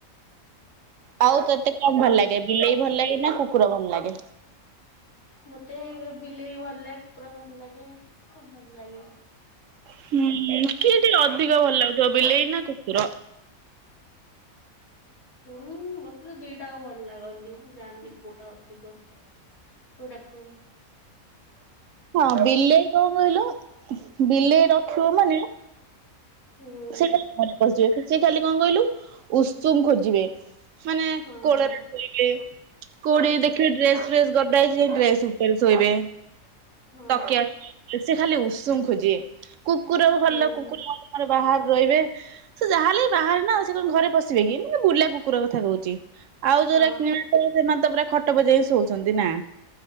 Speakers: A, on the right (about 70°); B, on the left (about 80°).
A: ଆଉ ତତେ କଣ ଭଲ ଲାଗେ ବିଲେଇ ଭଲ ଲାଗେ ନା କୁକୁର ଭଲ ଲାଗେ?
B: ମତେ ବିଲେଇ ଭଲ ଲାଗେ କୁକୁର ଭଲ ଲାଗେ ସବୁ ଭଲ ଲାଗେ।
A: ହୁଁ କିଏ ଟିକେ ଅଧିକ ଭଲ ଲାଗୁଥିବ ବିଲେଇ ନା କୁକୁର?
B: ହୁଁ ମତେ ଦିଇଟାଙ୍କ ଭଲ ଲାଗନ୍ତି। ମୁଁ ଜାଣିନି କୋଉଟା ଅଧିକ କୋଉଟା କମ୍।
A: ହଁ ବିଲେଇ କଣ କହିଲୁ ବିଲେଇ ରଖିବୁ ମାନେ
B: ହୁଁ
A: ସେ ଖାଲି ଘରେ ପସି ଯିବେ। ସେ ଖାଲି କଣ କହିଲୁ ଉସୁମ ଖୋଜିବେ। ମାନେ
B: ହଁ
A: କୋଳରେ ଶୋଇବେ। କୋଉଠି ଦେଖିବେ ଡ୍ରେସ ଫ୍ରେସ୍ ଗ ଦା ହେଇଚି ଡ୍ରେସ୍ ଉପରେ ଶୋଇବେ।
B: ହଁ
A: ତକିଆ <unintelligible> ସେ ଖାଲି ଉଷୁମ ଖୋଜିବେ। କୁକୁର ଭଲ
B: ହୁଁ
A: କୁକୁର ସେମାନେ ବାହାରେ ରହିବେ। ସେ ଯାହା ହେଲେ ବି ବାହାରେ ନା ସେ କଣ ଘରେ ପଶିବେ କି ଏ ମାନେ ବୁଲା କୁକୁର କଥା କୋହୁଚି। ଆଉ
B: ହଁ
A: ଯୋଉରା କିଣା ସବୁ ସେମାନେ ତ ଖଟ ଉପରେ ଜାଇକି ଶୋଉଚିନ୍ତି ନା।